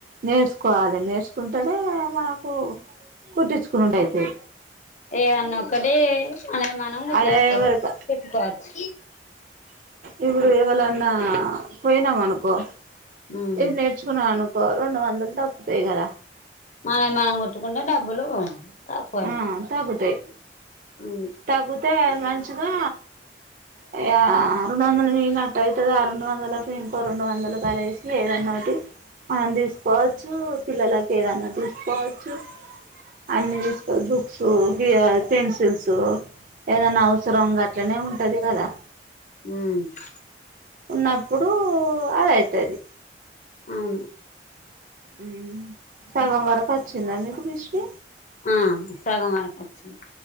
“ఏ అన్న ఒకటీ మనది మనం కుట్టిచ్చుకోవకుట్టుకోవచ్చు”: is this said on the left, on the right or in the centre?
Left